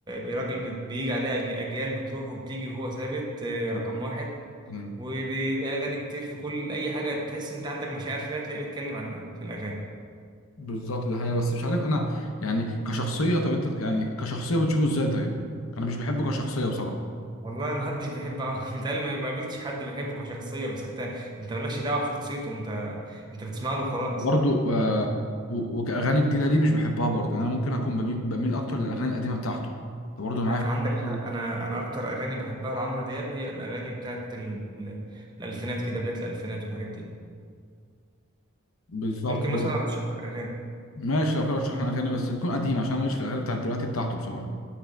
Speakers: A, on the right; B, on the left.
A: راجل بت- بيجي عليه أجي- أجيال بتروح وبتيجي وهو ثابت آه،
B: و...
A: رقم واحد
B: مم.
A: وبيلاقي اغاني كتير في كل اي حاجه تحس انت عندك مشاعر فيها تلاقيه بيتكلم عنها في الاغاني
B: بالظبط ده هي بس مش عارف انا يعني كشخصيه طب انت يعني كشخصيه بتشوفه ازاي طيب انا مش بحبه كشخصيه بصراحه
A: والله ما حدش بيحب <laughs> متهيألي ما ما قابلتش حد بيحبه كشخصيه بس انت انت مالكش دعوه بشخصيته انت انت بتسمع له وخلاص
B: برضه آه، و... وكاغاني جديده ليه مش بحبها برضه يعني انا ممكن اكون بميل, بميل اكتر للاغاني القديمه بتاعته انت برضه معايا
A: أنا- عندك
B: <laughs>
A: حق.
B: في-
A: انا انا اكتر اغاني بحبها لعمرو دياب هي الاغاني بتاعت ال... ال- الالفينات كده بدايه الالفينات والحاجات دي
B: بالظبط
A: ممكن
B: هو
A: مثلا ارشح لك اغاني
B: ماشي لو كده رشح لنا اغاني بس تكون قديمه عشان انا ماليش في الاغاني بتاعت دلوقتي بتاعته بصراحه